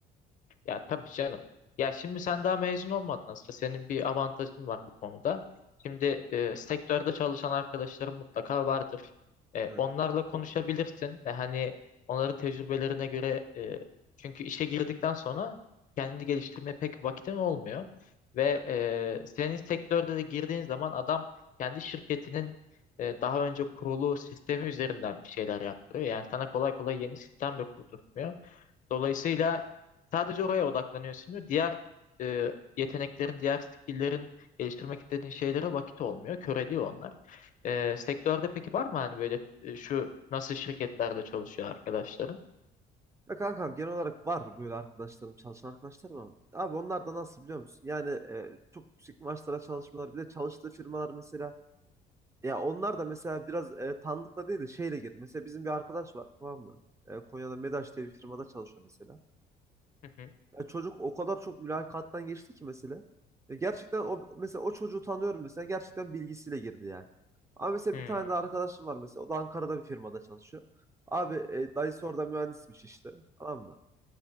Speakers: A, on the left (about 50°); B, on the right (about 15°).
A: Ya tabii canım. Ya şimdi sen daha mezun olmadın aslında. Senin bir avantajın var bu konuda. Şimdi e, sektörde çalışan arkadaşların mutlaka vardır. E,
B: Evet,
A: onlarla konuşabilirsin ve hani onların tecrübelerine göre e, çünkü işe girdikten sonra kendini geliştirmeye pek vakitin olmuyor. Ve
B: evet.
A: e, senin sektörde de girdiğin zaman adam kendi şirketinin e, daha önce kurulu sistemi üzerinden bir şeyler yaptırıyor. Yani sana kolay kolay yeni sistem de kurdurtmuyor. Dolayısıyla sadece oraya odaklanıyorsun diğer e, yeteneklerin, diğer skill'lerin geliştirmek istediğin şeylere vakit olmuyor. Köreliyor onlar. E, sektörde peki var mı hani böyle e, şu nasıl şirketlerde çalışıyor arkadaşların?
B: Ya kankam genel olarak var böyle arkadaşlarım, çalışan arkadaşlarım ama abi onlar da nasıl biliyor musun? Yani e, çok yüksek maaşlara çalışmalar bir de çalıştığı firmalar mesela ya onlar da mesela biraz e, tanıdıkla değil de şeyle girdi. Mesela bizim bir arkadaş var tamam mı? E, Konya'da Medaş diye bir firmada çalışıyor mesela.
A: <laughs>
B: Ya çocuk o kadar çok mülakattan geçti ki mesela. Ya gerçekten o mesela o çocuğu tanıyorum mesela gerçekten bilgisiyle girdi yani. Ama mesela
A: Hmm.
B: bir tane de arkadaşım var mesela. O da Ankara'da bir firmada çalışıyor. Abi e, dayısı orada mühendismiş işte. Tamam mı?